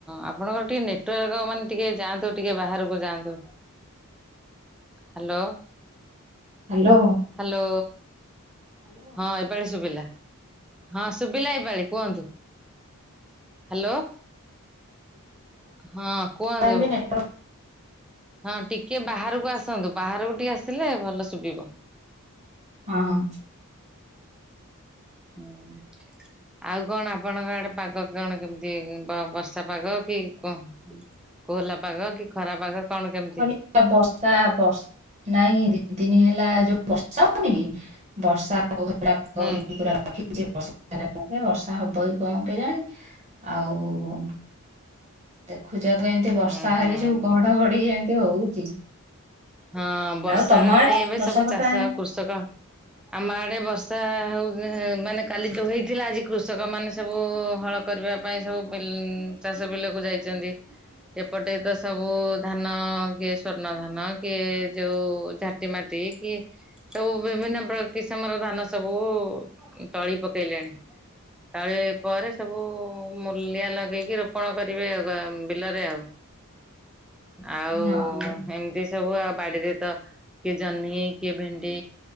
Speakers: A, in the centre; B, on the right.
A: ଆପଣଙ୍କର ଟିକେ ନେଟୱାର୍କ ମାନେ ଟିକେ ଯାଆନ୍ତୁ। ଟିକେ ବାହାରକୁ ଯାଆନ୍ତୁ। ହାଲୋ।
B: ହାଲୋ।
A: ହାଲୋ ହଁ ଏ ଏପାଳି ଶୁଭିଲା ହଁ ଶୁଭିଲା ଏଇପାଳି କୁହନ୍ତୁ। ହାଲୋ। ହଁ କୁହନ୍ତୁ?
B: ସେଥିପାଇଁ ବି ନେଟୱାର୍କ
A: ହଁ ଟିକେ ବାହାରକୁ ଆସନ୍ତୁ ବାହାରକୁ ଟିକେ ଆସିଲେ ଭଲ ଶୁବିବ।
B: ହଁ।
A: ହୁଁ। ଆଉ କଣ ଆପଣଙ୍କ ଆଡେ ପାଗ କଣ କେମିତି ବ ବର୍ଷା ପାଗ କି କଣ? କୋହଲା ପାଗ କି ଖରା ପାଗ କଣ କେମିତି?
B: ଆ ବର୍ଷା ହବ। ନାଇଁ ଦି ତିନି ହେଲା ଯୋଉ ବର୍ଷା ହଉନି କି ବର୍ଷା ପୁରା <unintelligible>
A: ହୁଁ
B: <unintelligible> ବର୍ଷା ହବ ବି କଣ କେଜାଣି। ଆଉ ଦେଖୁଛ ତ ଏମିତି ବର୍ଷା
A: ଉଁ ହୁଁ।
B: ହେଲେ ଯଉ ଘଡଘଡି ଏମିତି ହଉଛି।
A: ହଁ ବର୍ଷାରେ
B: ଆଉ ତମ ଆଡେ
A: ନାଇଁ ଏବେ
B: ବର୍ଷା
A: ସବୁ
B: ଫର୍ଷା
A: ଚାଷ କୃଷକ ଆମ ଆଡେ ବର୍ଷା ହଉ ମାନେ କାଲି ଯୋଉ ହେଇଥିଲା। ଆଜି କୃଷକ ମାନେ ସବୁ ହଳ କରିବା ପାଇଁ ସବୁ ବିଲ ଚାଷ ବିଲକୁ ଯାଇଛନ୍ତି। ଏପଟେ ତ ସବୁ ଧାନ କିଏ ସ୍ଵର୍ଣ୍ଣ ଧାନ କିଏ ଯୋଉ ଝା ଟି ମାଟି କି ସବୁ ବିଭିନ୍ନ ପ୍ର କିସମର ଧାନ ସବୁ ତଳି ପକେଇଲେଣି। ତଳି ପରେ ସବୁ ମୂଲିଆ ଲଗେଇକି ରୋପଣ କରିବେ ଆ ବିଲରେ ଆଉ। ଆଉ
B: ହଁ
A: ଏମିତି ସବୁ ଆଉ ବାଡିରେ ତ କିଏ ଜହ୍ନି କିଏ ଭେଣ୍ଡି